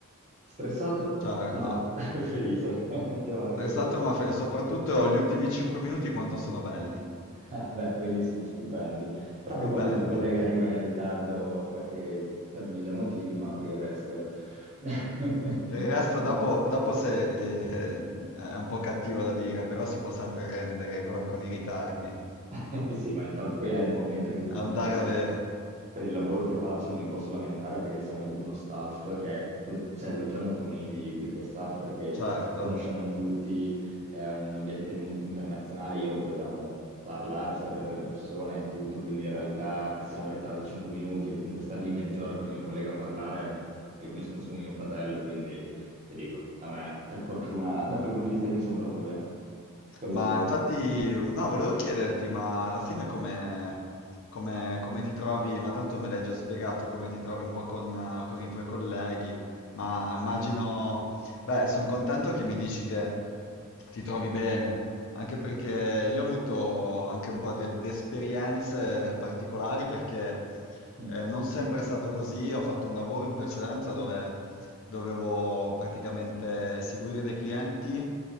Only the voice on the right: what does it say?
stressato
ma <laughs> felice, <laughs> mettiamola
così.
Ah, beh, quelli sono stupendi, tranne
quando il tuo collega arriva in ritardo perché per mille motivi, ma per il resto... <laughs>
no,
<laughs> Sì, ma infatti poi eh, devo ammettere che comunque
io
per il lavoro che faccio non mi posso lamentare perché siamo uno staff che è, cos- cioè, lo chiamo famiglia io più che staff perché
ci conosciamo tutti, è un ambiente molto internazionale, io poi amo parlare, stare con le persone e tutto, quindi in realtà che siamo in ritardo di 5 minuti o comunque star lì mezz'ora col mio collega a parlare è come se fosse con mio fratello, quindi ti dico, a me per fortuna da quel punto di vista lì mi sono trovato bene col
lavoro.
Mm.